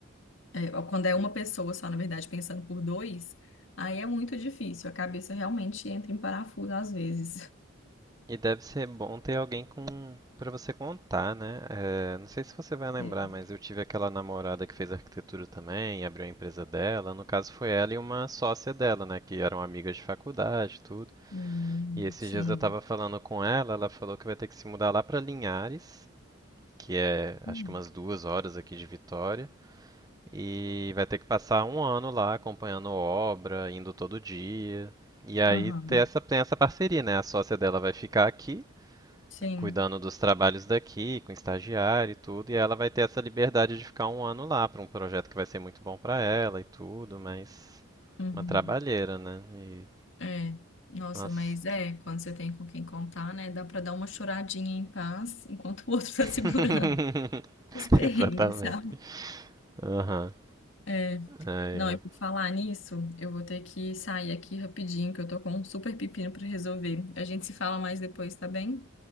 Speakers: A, on the left; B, on the right.
A: é, ou quando é uma pessoa só, na verdade, pensando por dois, aí é muito difícil, a cabeça realmente entra em parafuso às vezes.
B: E deve ser bom ter alguém com para você contar, né? Eh, não sei se você vai lembrar,
A: <laughs> Sim.
B: mas eu tive aquela namorada que fez arquitetura também, e abriu a empresa dela. No caso foi ela e uma sócia dela, né? Que eram amigas de faculdade, e tudo.
A: Hum,
B: E esses
A: sim.
B: dias eu tava falando com ela, ela falou que vai ter que se mudar lá pra Linhares, que é
A: Hum.
B: acho que umas duas horas aqui de Vitória, e vai ter que passar um ano lá acompanhando obra, indo todo dia. E aí
A: Aham.
B: ter essa, tem essa parceria, né? A sócia dela vai ficar aqui
A: Sim.
B: cuidando dos trabalhos daqui, com estagiário e tudo, e ela vai ter essa liberdade de ficar um ano lá para um projeto que vai ser muito bom para ela e tudo, mas
A: Uhum.
B: uma trabalheira, né? E
A: É, nossa,
B: nossa.
A: mas é, quando você tem com quem contar, né, dá pra dar uma choradinha em paz <laughs> enquanto o outro tá segurando
B: <laughs>
A: os perrengues,
B: Exatamente.
A: sabe?
B: Aham.
A: É,
B: Ai,
A: não, e
B: ai.
A: por falar nisso, eu vou ter que sair aqui rapidinho, que eu tô com um super pepino pra resolver. A gente se fala mais depois, tá bem?